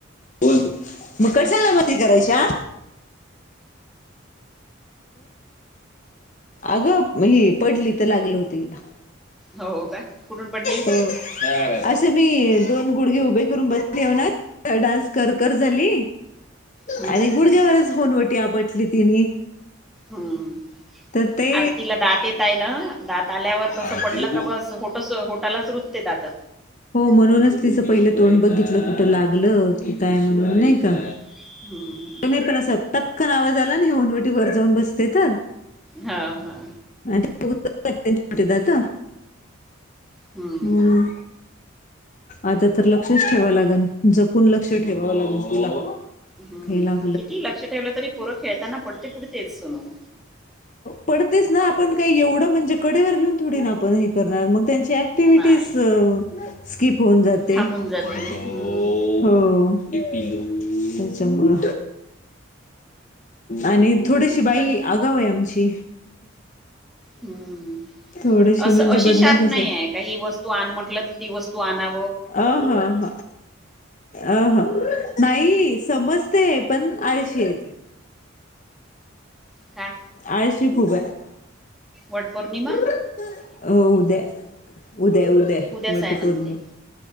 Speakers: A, on the left; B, in the centre.
A: बोल मग कशाला मती करायच्या अगं ही पडली तर लागलं होत तिला
B: हो का कुठून पडली
A: हो असं मी दोन गुडघे उभे करून बस घऊ ना डान्स कर कर झाली
B: हम्म
A: आणि गुडघ्यावरच होनवटी आ पटली तिने
B: हम्म
A: तर ते
B: आता तिला दात येत आहे ना दात आल्यावर असं
A: आजूबाजू
B: पडलं का बस होट होटालाच रुजते दात
A: हो म्हणूनच तिचं पहिलं तोंड बघितलं कुठं लागलं की काय म्हणून नाही
B: हम्म
A: का
B: हम्म
A: तही पण अस टपकन आवाज आला ना हे नवटी वर जाऊन बसते तर
B: हा हा
A: आणिट जात
B: हम्म
A: बण आता तर लक्षच ठेवा लागेल जपून लक्ष ठेवावं लागेल तुला
B: हम्म
A: खेला
B: किती लक्ष ठेवलं तरी प पुरं खेळताना पडते पुढतेच सुणू
A: पडतेच ना आपण काही एवढं म्हणजे कडेवर घेऊन थोडी ना आपण हे करणार मग त्यांची ऍक्टिविटी
B: नाही
A: स् होऊन जाते
B: थांबून जाते
A: हो
B: ना हम्म
A: त्याच्या मूळ आणि थोडीशी बाई आगाव आहे आमची
B: ह्म
A: थोडीशी
B: अस
A: म्हणजे
B: अशी
A: बदमाशच
B: शार्प नाही आहे का ही वस्तू आण म्हटलं तर ती वस्तू आणा
A: अ हा ह अ ह नाही समजतय पण आळशी आहे तो
B: का
A: आळशी खूप आहे
B: वटपौर्णिमा
A: हो उदया आहे उदया आहे उदया आहे
B: उद्याच
A: वटपौर्णिमा
B: म्हणते